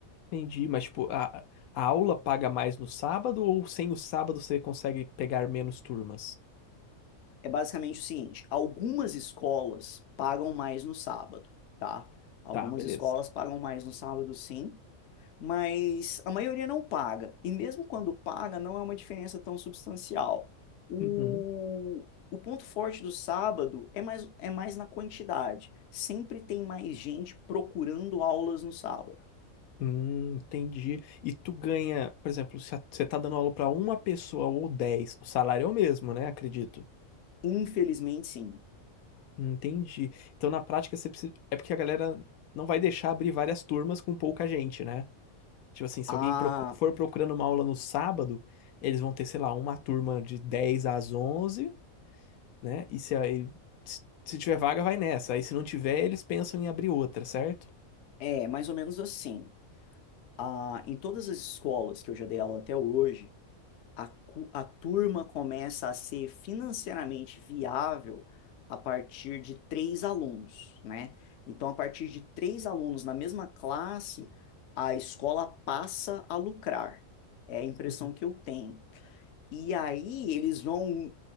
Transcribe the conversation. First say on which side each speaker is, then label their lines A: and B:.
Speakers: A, on the left; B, on the left.
A: Entendi, mas tipo, a, a aula paga mais no sábado ou sem o sábado você consegue pegar menos turmas?
B: É basicamente o seguinte: algumas escolas pagam mais no sábado, tá? Algumas
A: Tá, beleza.
B: escolas pagam mais no sábado, sim. mas a maioria não paga. E mesmo quando paga, não é uma diferença tão substancial. O,
A: Uhum.
B: o ponto forte do sábado é mais, é mais na quantidade. Sempre tem mais gente procurando aulas no sábado.
A: Hum, entendi. E tu ganha, por exemplo, se a- você tá dando aula pra uma pessoa ou dez, o salário é o mesmo, né? Acredito.
B: Infelizmente, sim.
A: Entendi. Então, na prática, você precisa... é porque a galera não vai deixar abrir várias turmas com pouca gente, né? Tipo assim, se
B: Ah,
A: alguém procu- for procurando uma aula no sábado, eles vão ter, sei lá, uma turma de dez às onze né? E se aí se se tiver vaga, vai nessa. Aí se não tiver, eles pensam em abrir outra, certo?
B: é mais ou menos assim. Ah, em todas as escolas que eu já dei aula até hoje, a, cu- a turma começa a ser financeiramente viável a partir de três alunos, né? Então, a partir de três alunos na mesma classe, a escola passa a lucrar. É a impressão
A: Uhum.
B: que eu tenho. E aí eles vão